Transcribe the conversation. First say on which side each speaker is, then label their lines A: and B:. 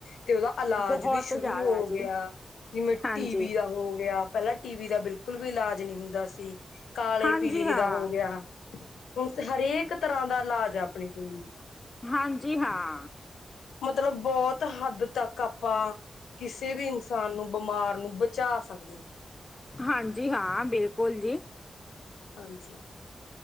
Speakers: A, on the left (about 80°); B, on the left (about 30°).
A: ਤੇ ਉਹਦਾ ਐਲਾਜ
B: ਬਹੁਤ
A: ਵੀ ਸ਼ੁਰੂ
B: ਜ਼ਿਆਦਾ
A: ਹੋ
B: ਜੀ
A: ਗਿਆ, ਜਿਵੇਂ
B: ਹਾਂਜੀ
A: ਟੀ ਬੀ ਦਾ ਹੋ ਗਿਆ। ਪਹਿਲਾਂ ਟੀ ਬੀ ਦਾ ਬਿਲਕੁਲ ਵੀ ਇਲਾਜ ਨਹੀਂ ਹੁੰਦਾ ਸੀ, ਕਾਲੇ
B: ਹਾਂਜੀ
A: ਪੀਲੀਏ
B: ਹਾਂ
A: ਦਾ ਹੋ ਗਿਆ। ਹੁਣ ਤੇ ਹਰੇਕ ਤਰ੍ਹਾਂ ਦਾ ਇਲਾਜ ਆ ਆਪਣੇ ਕਨੀ
B: ਹਾਂਜੀ ਹਾਂ।
A: ਮਤਲਬ ਬਹੁਤ ਹੱਦ ਤੱਕ ਆਪਾਂ ਕਿਸੇ ਵੀ ਇਨਸਾਨ ਨੂੰ ਬਿਮਾਰ ਨੂੰ ਬਚਾ ਸਕਦੇ ਆ।
B: ਹਾਂਜੀ ਹਾਂ ਬਿਲਕੁਲ ਜੀ।
A: ਹਾਂਜੀ।